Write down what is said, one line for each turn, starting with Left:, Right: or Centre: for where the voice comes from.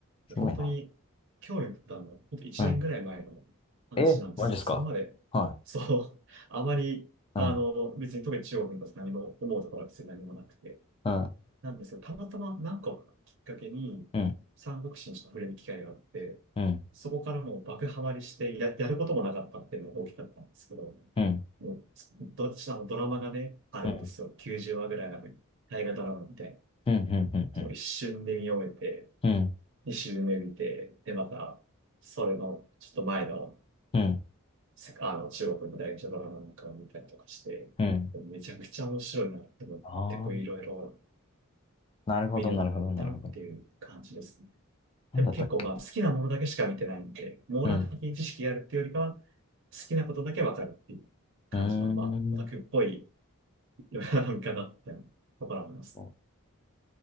Left: すごいな。
Right: 本当に興味を持ったのは、本当1年ぐらい前の話なんですよ。
Left: うん。えー、マジですかは
Right: それまで、そう、<laughs> あまり、あの、
Left: い。うん、
Right: 別に特に中国のこと何も思うところは別に何もなくて、
Left: うん、
Right: なんですけど、たまたま何かをきっかけに、
Left: うん。
Right: 三国志にちょっと触れる機会があって、
Left: うん、
Right: そこからもう爆ハマりしてや、やることもなかったっていうのが大きかったんですけど、
Left: うん、
Right: もう、どっちのドラマがね、あるんですよ。
Left: うん、
Right: 90話ぐらいある。大河ドラマみたい
Left: うん、うん、うん、
Right: その一瞬で見終えて、
Left: うん、うん、
Right: 二周目見て、で、また、それの、ちょっと前の、
Left: うん、
Right: せあの、中国の大学者ドラマなんかを見たりとかして、
Left: うん。
Right: めちゃくちゃ面白いなって思って、
Left: ああ、
Right: こういろいろ
Left: なるほど、
Right: 見るようになったなっていう感じですね。
Left: なるほど、なるほど。なんだったっけ
Right: でも結構まあ好きなものだけしか見てないんで、網羅的に知識があるっていうよりかは、
Left: うん、
Right: 好きなことだけわかるっていう感じの、
Left: うーん、
Right: まあ、オタクっぽい読うな見方みたいなところがありますね。
Left: お